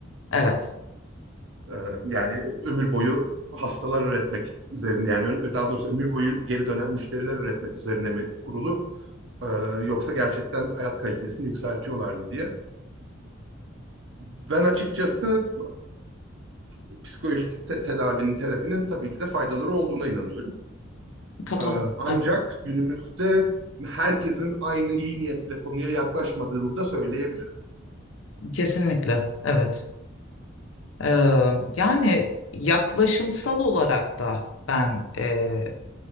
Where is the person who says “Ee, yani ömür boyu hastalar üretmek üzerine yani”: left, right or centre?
Right